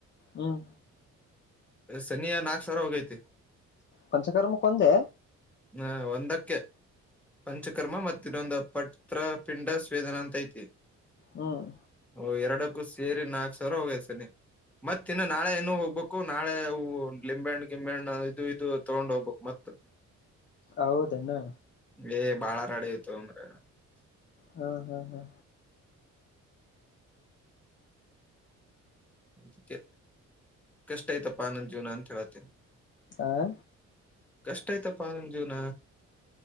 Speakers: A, on the left; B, in the centre.
A: ಹ್ಮ್
B: ಸನ್ನಿಯ ನಾಕ್ ಸಾವ್ರ ಹೋಗೈತಿ.
A: ಪಂಚಕರ್ಮ ಕೊಂದೆ
B: ಹಾ ಒಂದಕ್ಕೆ ಪಂಚಕರ್ಮ ಮತ್ತ ಇನ್ನೊಂದ ಪತ್ರ ಪಿಂಡ ಸ್ವೇದನಾ ಅಂತ ಐತಿ.
A: ಹ್ಮ್
B: ಓ ಎರಡಕ್ಕೂ ಸೇರಿ ನಾಕ್ ಸಾವಿರ ಹೋಗೈತ್ ಸನ್ನಿ ಮತ್ತಿನ್ನು ನಾಳೆ ಇನ್ನು ಹೋಗ್ಬೇಕು. ನಾಳೆ ಆ ಹು ಲಿಂಬೆಣ್ಣ ಗಿಂಬೆಹಣ್ಣ ಇದು ಇದು ತಗೊಂಡ್ ಹೋಗ್ಬಕ್ ಮತ್
A: ಹೌದೆನ್ನ
B: ಏಯ್ ಬಾಳ ರಾಡಿ ಐತೋ ಮಾರಾಯ.
A: ಹಾ ಹ ಹ
B: ಅದಿಕ್ಕೆ ಕಷ್ಟ ಐತಪ್ಪ ನನ್ ಜೀವನ ಅಂತ್ ಹೇಳತ್ತೀನ್.
A: ಹ
B: ಕಷ್ಟ ಐತಪ್ಪ ನನ್ ಜೀವ್ನ.